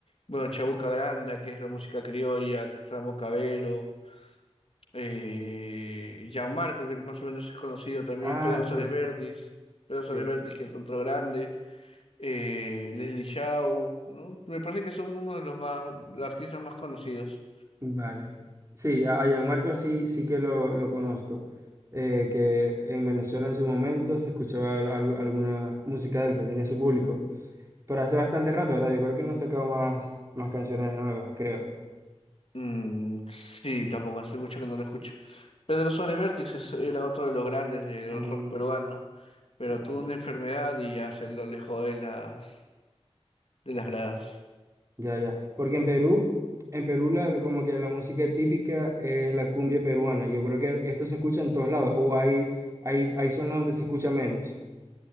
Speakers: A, on the left; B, on the right.
A: bueno, Chabuca Granda, que es la música criolla, Samo Cabero, eh, Gianmarco, que más o menos es conocido también,
B: Ah,
A: Pedro Suárez
B: sí,
A: Vértiz, Pedro Suárez
B: sí.
A: Vértiz, que es otro grande, eh, Leslie Shaw, ¿no? Me parece que son uno de los más, los artistas más conocidos.
B: Vale. Sí, a, a Gianmarco sí, sí que lo, lo conozco. Eh, que en Venezuela en su momento se escuchaba al- al- alguna música de él, pues tenía su público. Pero hace bastante rato, ¿verdad? Yo creo que no ha sacado más, más canciones nuevas, creo.
A: Mm, sí, tampoco hace mucho que no lo escucho. Pedro Suárez Vértiz es- era otro de los grandes del
B: Mm,
A: rock peruano, pero
B: vale.
A: tuvo una enfermedad y ya se lo alejó de las, de las gradas.
B: ya, ya. Porque en Perú, en Perú la, como que la música típica es la cumbia peruana. Yo creo que esto se escucha en todos lados. O hay, hay, hay zonas donde se escucha menos.